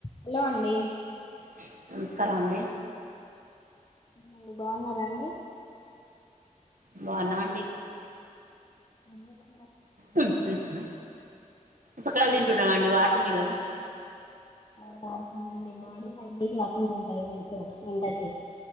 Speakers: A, on the left; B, on the right.
A: Hello అండి
B: చ్ నమస్కారం అండి
A: మీ బావున్నారా అండి
B: బావున్నాం అండి
A: ముంగిసా
B: ఉ తిగ్న స గలీజ్ ఉండవా అండి వాటర్ మిలన్
A: అవునా అవునండి బాడీ అయితే ఎక్కువుగా ఉంటాయి